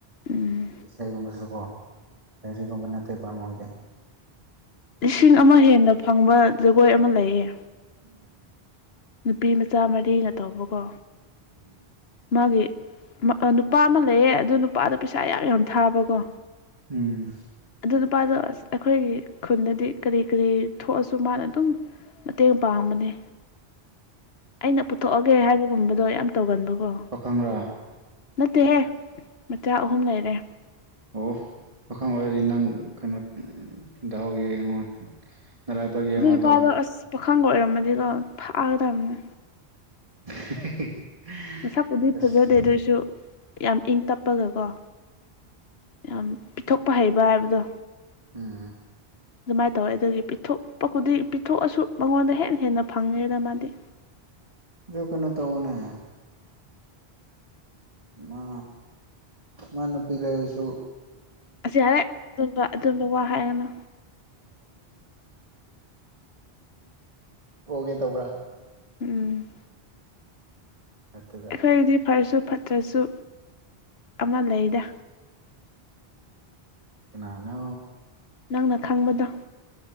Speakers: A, on the left; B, on the right.
A: ꯎꯝ
B: ꯏꯁꯩꯒꯨꯝꯕꯁꯨꯀꯣ ꯥꯏꯔꯤꯛꯒꯨꯝꯕ ꯅꯠꯇꯦ ꯄꯝ ꯑꯣꯏ ꯑꯣꯏꯗꯤ
A: ꯏꯁꯤꯡ ꯑꯃ ꯍꯦꯟꯅ ꯐꯪꯕ ꯖꯒꯣꯏ ꯑꯃ ꯂꯩꯌꯦ
B: ꯎꯝ
A: ꯅꯨꯄꯤ ꯃꯆꯥ ꯃꯔꯤꯅ ꯇꯧꯕꯀꯣ
B: ꯎꯝ
A: ꯃꯥꯒꯤ ꯅꯨꯄꯥ ꯑꯃ ꯂꯩꯌꯦ ꯑꯗꯨ ꯅꯨꯄꯥꯗ ꯄꯩꯁꯥ ꯌꯥꯝ ꯌꯥꯝ ꯊꯥꯕꯀꯣ
B: ꯎꯝ
A: ꯑꯗꯨ ꯅꯨꯄꯥꯗꯣ ꯑꯁ ꯑꯩꯈꯣꯏꯒꯤ ꯈꯨꯟꯗꯗꯤ ꯀꯔꯤ ꯀꯔꯤ ꯊꯣꯛꯑꯁꯨ ꯃꯥꯅ ꯑꯗꯨꯝ ꯃꯇꯦꯡ ꯄꯥꯡꯕꯅꯦ
B: <unintelligible>
A: ꯑꯩꯅ ꯄꯨꯊꯣꯛꯑꯒꯦ ꯍꯥꯏꯕꯒꯨꯝꯕꯗꯣ ꯌꯥꯝ ꯇꯧꯒꯟꯕꯀꯣ꯫
B: ꯄꯥꯈꯪ꯭ꯔꯥ꯫
A: ꯅꯠꯇꯦꯍꯦ ꯃꯆꯥ ꯑꯍꯨꯝ ꯂꯩꯔꯦ
B: ꯑꯣ ꯄꯥꯈꯪ ꯑꯣꯏꯔꯦ ꯅꯪ ꯀꯩꯅꯣ ꯗꯥꯎ ꯌꯦ ꯌꯦꯡꯉꯣ ꯅꯔꯥꯏꯕꯛ ꯌꯦꯡꯉꯣ
A: ꯑꯗꯨ ꯅꯨꯄꯥꯗꯣ
B: ꯇꯧ
A: ꯑꯁ ꯄꯥꯈꯪꯒ ꯑꯣꯏꯔꯝꯃꯗꯤꯀꯣ ꯐꯛꯒꯗꯕꯅꯦ
B: <unintelligible>
A: ꯃꯁꯛꯄꯨꯗꯤ
B: ꯑꯁ
A: ꯐꯖꯗꯦ ꯑꯗꯨꯑꯣꯏꯁꯨ ꯌꯥꯝ ꯏꯪ ꯇꯞꯄꯒꯀꯣ ꯌꯥꯝ ꯄꯤꯊꯣꯛꯄ ꯍꯩꯕ ꯍꯥꯏꯕꯗꯣ
B: ꯑꯝ
A: ꯑꯗꯨꯃꯥꯏꯅ ꯇꯧꯋꯦ ꯑꯗꯨꯒꯤ ꯄꯤꯊꯣꯛꯄ ꯈꯨꯗꯤꯡ ꯄꯤꯊꯣꯛꯑꯁꯨ ꯃꯉꯣꯟꯗ ꯍꯦꯟꯅ ꯍꯦꯟꯅ ꯐꯪꯉꯦꯗ ꯃꯥꯗꯤ
B: ꯑꯗꯨ ꯀꯩꯅꯣ ꯇꯧꯕꯅꯦ ꯃꯥ ꯃꯥꯅꯄꯤꯤ ꯂꯩꯁꯨ
A: ꯑꯁꯤ ꯌꯥꯔꯦ ꯑꯗꯨꯝꯕ ꯑꯗꯨꯝꯕ ꯋꯥ ꯍꯥꯏꯒꯅ
B: ꯑꯣꯒꯦ ꯇꯕ꯭ꯔꯥ
A: ꯎꯝ
B: ꯁꯛꯇꯨꯒ
A: ꯑꯩꯈꯣꯏꯒꯤꯗꯤ ꯐꯔꯁꯨ ꯐꯠꯇ꯭ꯔꯁꯨ ꯑꯃ ꯂꯩꯗ
B: ꯀꯅꯥꯅ
A: ꯅꯪꯅ ꯈꯪꯕꯗꯣ